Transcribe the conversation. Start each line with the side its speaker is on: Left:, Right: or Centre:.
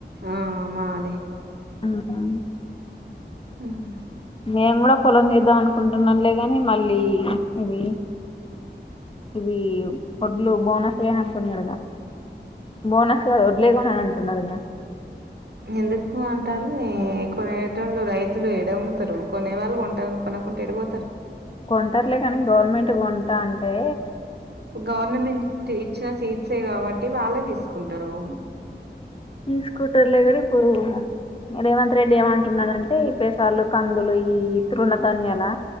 Right: ఆ మాది
Left: ఆ ఆ
Right: ఉమ్.
Left: మేం కూడా పొలం చేద్దాం అనుకుంటున్నాంలే గాని మళ్ళీ ఇవి ఇవి వడ్లు బోనసే అంటున్నరుగా. బోనస్ వడ్లె కొననంటున్నడుగా.
Right: ఎందుకు అంటారు. ఎ కొనేటోళ్లు రైతులు ఎడమ్ముతరు కొనే వాళ్ళు కొంటరు. కొనకుంటే ఎడపోతరు.
Left: కొంటరులే కానీ గవర్నమెంట్ కొంటా అంటే
Right: గవర్నమెంట్ ఇచ్చిన సీడ్సే కాబట్టి వాళ్ళే తీసుకుంటరు.
Left: తీసుకుంటర్లే గాని ఇప్పుడు ఇగ రేవంత్ రెడ్డి ఏమంటున్నడంటే పెసల్లు, కందులు ఇయి తృణధాన్యాలా